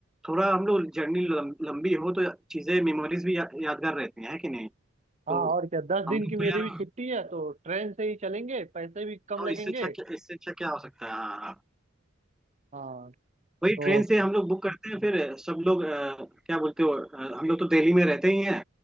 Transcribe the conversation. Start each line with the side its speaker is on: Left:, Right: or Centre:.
Centre: थोड़ा हम लोग जर्नी लंबी हो तो चीजें मेमोरीज भी या, यादगार रहती हैं है कि नहीं
Right: हाँ
Centre: तो
Right: और क्या दस दिन
Centre: हम लोग
Right: की मेरी
Centre: को यार
Right: भी छुट्टी है तो ट्रेन से ही चलेंगे पैसे भी कम
Centre: तो
Right: लगेंगे
Centre: इससे अच्छा क्या इससे अच्छा क्या हो सकता है हाँ हाँ। हाँ।
Right: हाँ
Centre: वही
Right: तो
Centre: ट्रेन से हम लोग बुक करते हैं फिर सब लोग अ, क्या बोलते हो अ, हम लोग तो दिल्ली में रहते ही हैं